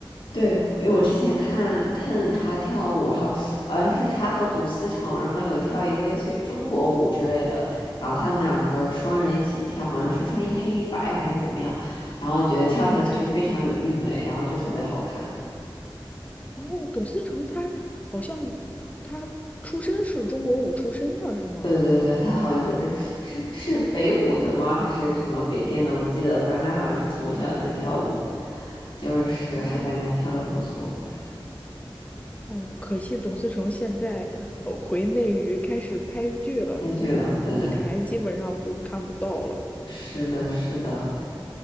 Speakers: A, on the left; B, on the left.
A: 对，因为我之前看看他跳舞，然后好像是他和董思成，然后有跳一个类似于中国舞之类的，然后他们两个双人一起跳，好像是穿一黑一白还是怎么样，然后我觉得跳起来就非常有韵味，然后就特别好看。
B: 哦，董思成他好像他出身是中国舞出身的，是吗？
A: 对对对，他好像就是是是北舞的吗？还是什么北电的？我不记得了。反正他好像是从小就是跳舞，就是还感觉还跳的不错。
B: 哦
A: 对，
B: 哦，可惜董思成现在呃回内娱开始拍剧了，
A: 开剧了。
B: 就舞台基本上就看不到了。
A: 对，是的，是的，